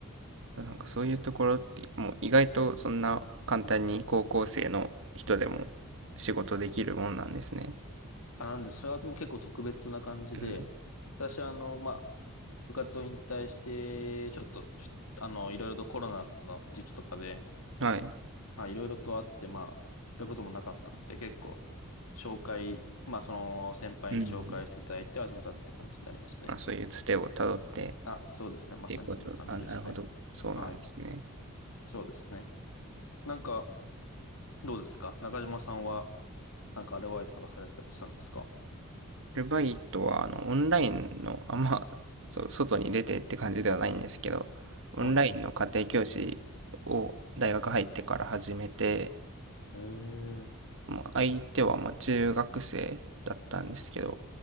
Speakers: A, on the right; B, on the left.
A: なんかそういうところって、もう意外とそんな簡単に高校生の人でも仕事できるもんなんですね。
B: あ、なんで、それはもう結構特別な感じで、
A: うん。
B: 私はあの、まあ、部活を引退して、ちょっと、ちょっと、あの、いろいろとコロナの時期とかで、
A: はい。
B: まあ、いろいろとあって、まあ、やることもなかったので、結構、紹介、まあ、その先輩に紹介していただいて始めたって感じになりますね。
A: うん。まあそういうつてをたどって
B: あ、そうですね。まさにそんな感じですね。
A: っていうこと。あ、なるほど。そうなんですね。
B: はい。そうですね。なんか、どうですか中島さんは、なんかアルバイトとかされてたりしたんですか
A: ルバイトは、あの、オンラインの、あんま、そう、外に出てって感じではないんですけど、オンラインの家庭教師を大学入ってから始めて、
B: はい。えー、
A: もう相手はまあ中学生だったんですけど、